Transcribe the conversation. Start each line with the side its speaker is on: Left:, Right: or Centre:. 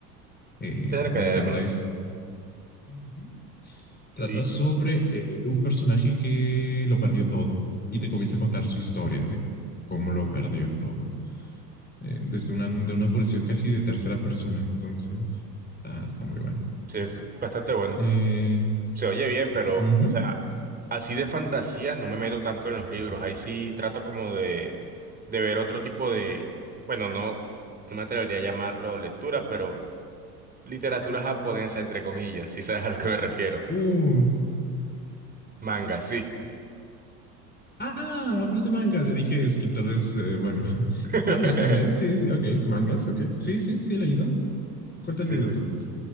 Left: Eh,
Right: tener
Left: me
Right: que dármelo,
Left: encanta esto. Ujú. Trata
Right: sí.
Left: sobre eh, un personaje que lo perdió todo y te comienza a contar su historia de cómo lo perdió todo. eh, desde una, de una posición casi de tercera persona. Entonces, está, está muy buena.
Right: Sí, es bastante bueno.
Left: Eh,
Right: Se oye bien, pero,
Left: ujú.
Right: o sea, así de fantasía no me meto tanto en los libros. Ahí sí trato como de, de ver otro tipo de, bueno, no, no me atrevería a llamarlo lectura, pero literatura japonesa, entre comillas, si sabes a lo que me refiero.
Left: Uh,
Right: Manga, sí.
Left: Ah, hablas de mangas. Yo dije escritores, eh, bueno, <laughs>
Right: <laughs>
Left: también, también. Sí, sí, ok. Mangas, ok. Sí, sí, sí, he leído. ¿Cuál te
Right: Sí,
Left: has leído tú?
Right: sí.